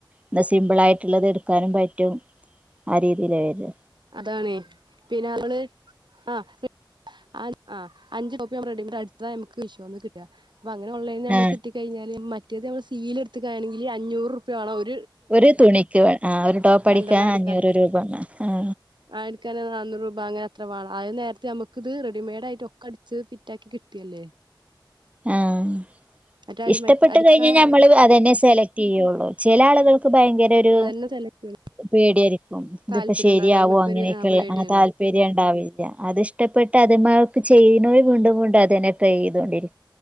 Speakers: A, on the right; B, on the right.
A: എന്താ സിമ്പിൾ ആയിട്ടുള്ളത് എട്ക്കാനും പ റ്റും ആ രീതിയില വെരാ
B: അതാണേ പിന്നെ വള് ആഹ് റി ആ ആ അഞ്ചു കോപ്പി <inaudible> കിട്ടാ അപ്പങ്ങനെ ഓൺലൈന് നമ്മക്കിട്ടി
A: ആ
B: കയ്ഞ്ഞാല് മ റ്റത് ഞമ്മള് സീല്ട്ത്ത്ക്കാണെങ്കിൽ അഞ്ഞൂറുപ്യ വാണം ഒ
A: ഒരു തുണിക്ക് വേ ആ ഒരു ടോപ്പടിക്കാൻ
B: രണ്ടെണ്ണം അടിക്കാൻ
A: അഞ്ഞൂറ് രൂപ ണം അ
B: <unintelligible> രൂപ അങ്ങനെ അത്ര വാണം അത് നേരത്ത് നമുക്കിത് റെഡിമെയ്ഡായിട്ടൊക്കെ അടിച്ച് ഫിറ്റാക്കി കിട്ടല്ലേ
A: ആഹ്
B: മറ്റേ
A: ഇഷ്ടപ്പെട്ട്
B: മറ്റേ അടിക്കാൻ
A: കഴിഞ്ഞ ഞമ്മള് അതെന്നെ സെലകെറ്റെയ്യുള്ളു ചെല ആളുകൾക്ക് ഭയങ്കരൊരു
B: അതന്നെ സെലക്ട്
A: പേടിയേര് ക്കും ഇതിപ്പോ
B: താല്പര്യം
A: ശരിയാവോ
B: ഉണ്ടാവില്ല അയ്മക്കൊരു
A: അങ്ങനെക്കെള്ള
B: പേടിയാണ്
A: ആ താല്പര്യം ണ്ടാവില്ല അതിഷ്ടപ്പെട്ട് അത് മ്മക്ക് ചെയ്യുണോര് വീണ്ടും വീണ്ടും അതെന്നെ ട്രൈയ്തോണ്ടിരി